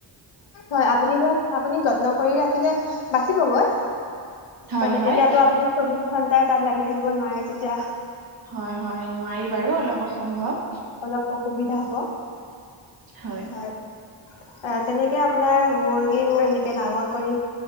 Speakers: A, on the left (about 80°); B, on the right (about 50°).
A: হয় আপুনি যে আপুনি যত্ন কৰি ৰাখিলে বাচিবগৈ।
B: হয়
A: মানে
B: হয়
A: এতিয়াটো আপুনি চৌবিশ ঘন্টাই তাত লাগি থাকিব নোৱাৰে যেতিয়া।
B: হয় হয় নোৱাৰি বাৰু অলপ অসম্ভৱ।
A: অলপ অসুবিধা হ'ব।
B: হয়।
A: হয়, এ তেনেকে আপোনাৰ মুৰ্গীবোৰ এনে কে ডাঙৰ কৰি